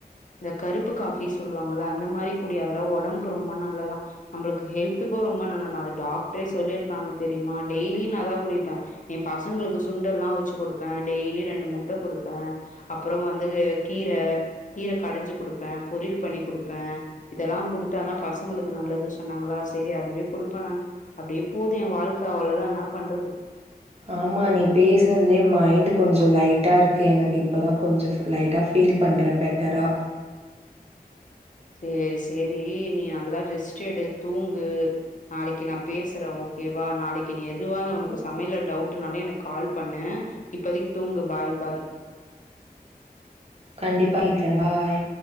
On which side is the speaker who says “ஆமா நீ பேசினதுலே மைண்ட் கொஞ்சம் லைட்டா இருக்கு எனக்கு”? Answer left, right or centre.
Right